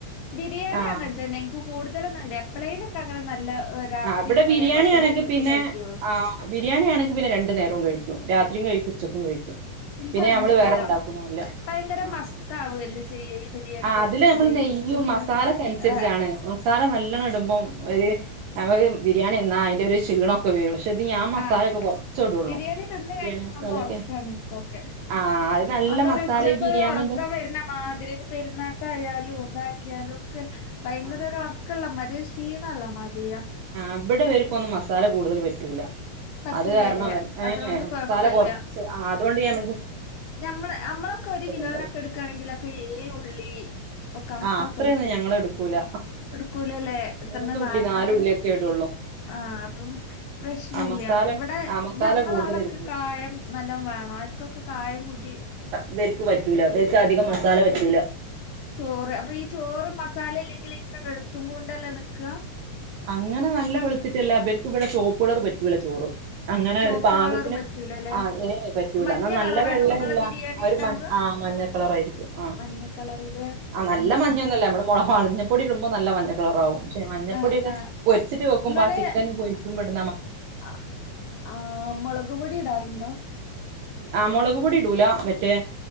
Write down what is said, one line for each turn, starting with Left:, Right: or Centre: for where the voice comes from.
Left: ബിരിയാണി
Right: ആ
Left: അങ്ങനെ തന്നെ എനിക്ക് കൂടുത എപ്പാളെലും നല്ല രാത്രിയും
Right: ആ ഇവിടെ ബിരിയാണി
Left: അതേപോലെ തന്നെ
Right: ആണെങ്കി
Left: ഉച്ചക്കും
Right: പിന്നെ
Left: കഴിക്കുള്ളൂ
Right: ആ ബിരിയാണി ആണെങ്കി പിന്നെ രണ്ടു നേരവും കഴിും രാത്രിയും കഴിക്ക ഉച്ചക്കുംഴിക്കും
Left: എനിക്കങ്ങനെ
Right: പിന്നെ നമ്മള്
Left: ഇഷ്ടല്ല
Right: വേറെ ഉണ്ടാക്കുന്നല്ല
Left: ഭയങ്കര
Right: ആ
Left: മസ്താവല്ലേ ചെയ്യ ഈ ബിരിയാണി കഴിച്ചാല്
Right: അതില് നമ്മള് നെയ്യും
Left: ഉച്ചക്ക്
Right: മസാല ഒക്കെ അനുസരിച്ചാണ്
Left: ഏഹ്
Right: മസാല നല്ലണ്ണം ഇടുമ്പം ഒരു നമുക്ക് ബിരിയാണിന്നാ അതിൻന്റെ ഒരു ക്ഷീണൊക്കെ വരും പക്ഷെ ഇത് ഞാൻ മസാലയൊക്കെ
Left: ആഹ
Right: കുറച്ചേ ഇടുള്ളൂ
Left: ബിരിയാണി തിന്ന്
Right: ബിരിയാണി
Left: കഴിഞ്ഞാ
Right: മസാലൊക്കെ
Left: അന്ന് ഉറക്കാണ് നിനിക്കൊക്കെ
Right: ആ അത് നല്ല
Left: അ ന്നരു
Right: മസാല
Left: ഉച്ചക്ക്
Right: ഈ ബിരിയാണിന്റെ
Left: ഉറക്കം വരുന്ന മാതിരി പെരുന്നക്ക ആയാലും എന്ത ക അൽോ <unintelligible> ഭയങ്കര
Right: ആ
Left: ഉർക്കള്ള മതി ക്ഷീണ അല്ല മാതിരിയ
Right: അവിടെവർക്കും ഒന്നും മസാല കൂടുതൽ പറ്റൂല
Left: പറ്റൂലല്ലേ
Right: അത് കാരണം അവൻ ഏ
Left: അതോണ്ട് കൊഴപ്പല്ല
Right: മസാല കുറച്ച് അതുകൊണ്ട് ഞൻ
Left: ഞമ്മള് നമ്മളൊക്കെ ഒരു കിലോനൊക്കെ
Right: ഉണ്ടാവൂല
Left: എടുക്കയാണെങ്കിലൊക്കെ ഏയ് ഉള്ളി ഒക്കെ
Right: ആ
Left: അത്രൊക്കെ
Right: അത്രയൊന്നും
Left: എടുക്കൂ
Right: ഞങ്ങൾ എടുക്കൂല
Left: എടുക്കൂലല്ലേ എത്രണ്ണാ
Right: മൂന്നുള്ളി
Left: നാലെണ്ണൊക്കെ
Right: നാലുള്ളിയൊക്കെ ഇടുള്ളൂ
Left: ആഹ് അപ്പം പ്രശ്നയില്ല
Right: ആ മസാല
Left: ഇവിടെ
Right: ആ മസാല
Left: ഞങ്ങളെ
Right: കൂടുതൽ
Left: അവിടക്കെ
Right: എടുക്കൂല
Left: കായം നല്ല വേണം ആരിക്കൊക്കെ കായം കൂട്ടി
Right: ഇവര്ക്ക് പറ്റൂല ഇവർക്ക് അധികം മസാല പറ്റൂല
Left: ചോറ് അപ്പൊ ഈ ചോറും മസാല ഇല്ലെങ്കിൽ ഇങ്ങനെ വെളുത്തും കൊണ്ട് ത്തല്ലേ നിക്കാ
Right: അങ്ങനെ നല്ല വെള്ത്തിട്ടല്ല ഇവരിക്ക് ഇവിടെ ചോപ്പളറ് പറ്റ് കുള ചോറ് അങ്ങനെ
Left: ചോപ്പ്
Right: ഒരു പാകത്തിന്
Left: കളർ പറ്റൂലല്ലേ
Right: ആ ഏഹ് പറ്റൂല
Left: മഞ്ഞ
Right: ന്നാ നല്ല
Left: കളറാണ്
Right: വെള്ളല്ല
Left: നിങ്ങളെ ബിരിയാണി
Right: ആ ഒരു
Left: ഉണ്ടാവുക
Right: ആ മഞ്ഞക്കളറായിരിക്കും ആ
Left: മഞ്ഞ കളറില്
Right: ആ നല്ല
Left: ഉം
Right: മഞ്ഞൊന്നൊല്ല
Left: ഉം
Right: നമ്മടെ മുള മള്ഞ്ഞപ്പൊടിടുമ്പോ നല്ല മഞ്ഞ കളറാവും ശെ
Left: ആ
Right: പൊടിയൊക്കെ
Left: ആ
Right: പൊരിച്ചിട്ട് വെക്കുമ്പ
Left: നിങ്ങള്
Right: ആ ചിക്കൻ പോയി കുമ്പട്
Left: ആ ആ മുളക്പൊടി ഇടാറുണ്ടോ
Right: ആ മുളക് പൊടി ഇടൂല മറ്റേ